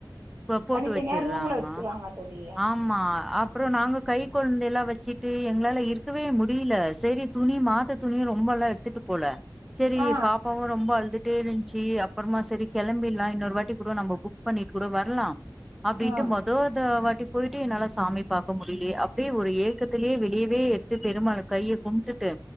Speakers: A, in the centre; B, on the right.
A: போ- போட்டு
B: தனித்தனியா
A: வச்சிடுறாங்க
B: ரூம்ல வச்சுருவாங்க தோழி
A: ஆமா அப்புறோ நாங்க கை கொழந்தையெல்லா வச்சுட்டு எங்களால இருக்கவே முடியல செரி துணி மாத்த துணிய ரொம்பெல்லா எடுத்துட்டு போல செரி
B: ஆ
A: பாப்பாவு ரொம்ப அழுதுட் டே இருந்ச்சு அப்புறமா சரி கெளம்பிர்லா இன்னொரு வாட்டி கூடோ நம்ப புக் பண்ணிட்டு கூடோ வர்லா அப்டின்ட்டு
B: ஆ
A: மொத் தோ தா வாட்டி போயிட்டு என்னால சாமி பாக்க முடியிலே அப்டியே ஒரு ஏக்கத்துலேயே வெளியவே ட்டு பெருமாள கைய கும்ட்டுட்டு